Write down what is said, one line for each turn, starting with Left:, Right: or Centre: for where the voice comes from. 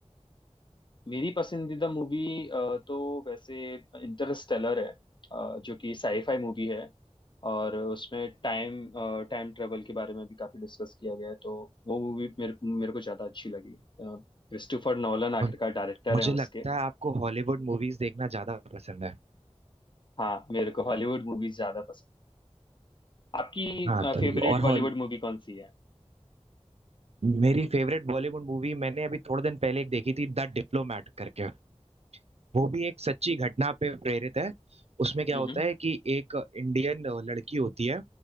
Left: मेरी पसंदीदा मूवी तो वैसे इंटरस्टेलर है अ, जो कि साईफाई मूवी है और उसमें टाइम टाइम ट्रेवल के बारे में भी काफी डिस्कस किया गया है तो वो मूवी मेरे मेरे को ज्यादा अच्छी लगी क्रिस्टोफर नोलन आखिरकार
Right: मु-
Left: डायरेक्टर
Right: मुझे
Left: हैं उसके
Right: लगता है आपको हॉलीवुड मूवीज देखना ज्यादा पसंद है
Left: हाँ मेरे को हॉलीवुड मूवीज ज्यादा पसंद आपकी
Right: हाँ तभी
Left: फेवरेट
Right: और हॉल
Left: बॉलीवुड मूवी कौन सी है
Right: मेरी फेवरेट बॉलीवुड मूवी मैंने अभी थोड़े दिन पहले एक देखी थी द डिप्लोमैट करके वो भी एक सच्ची घटना पे प्रेरित है उसमें क्या
Left: हम्म
Right: होता है कि एक इंडियन लड़की होती है